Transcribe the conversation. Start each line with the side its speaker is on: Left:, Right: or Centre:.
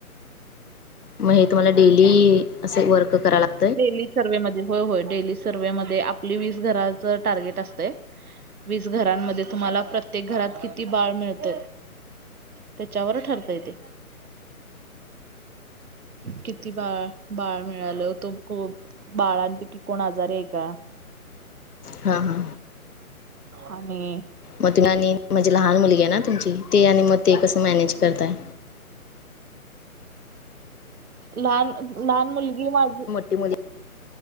Left: मग हे तुम्हाला डेली असे वर्क करा लागत
Right: डेली सर्व्हे मध्ये होय होय डेली सर्व्हे मध्ये आपली वीस घराच टार्गेट असते वीस घरांमध्ये तुम्हाला प्रत्येक घरात किती बाळ मिळत त्याच्यावर ठरतय ते किती बाळ बाळ मिळालं होतं खूप बाळांपैकी कोण आजार आहे का
Left: हा हा
Right: आणि.
Left: मग तिला आणि मजे लहान मुलगी आहे ना तुमची ते आणि मग ते कस मॅनेज करताय.
Right: लहान लहान मुलगी माझी.
Left: ती मुली.